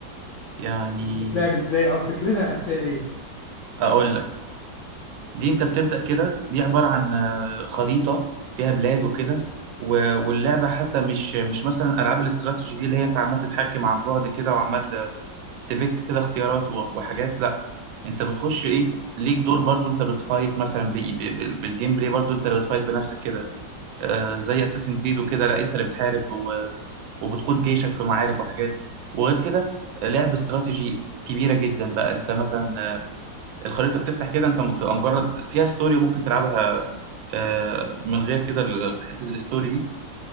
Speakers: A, on the right; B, on the left.
A: يعني
B: دي بتتلعب ازاي او فكرتها الاساسيه ايه
A: اقول لك دي انت بتبدأ كده دي عبارة عن آه، خريطة فيها بلاد وكده و- واللعبة حتى مش مش مثلا ألعاب الاستراتيجي دي اللي هي انت عمال تتحكم عن بعد كده وعمال آه، تبك كده اختيارات و- وحاجات لا انت بتخش ايه ليك دور برضو انت بتفايت مثلا ب- ب- ب- بالجيم بلاي برضو انت اللي بتفايت بنفسك كده آه، زي اساسن كريد وكده لا انت اللي بتحارب و- وبتقود جيشك في معارك وحاجات وغير كده آه، لعب استراتيجي كبيرة جدا بقى انت مثلا آه، الخريطة بتفتح كده انت بتبقى مجرد فيها ستوري وممكن تلعبها آه، من غير كده ال- حتة الستوري دي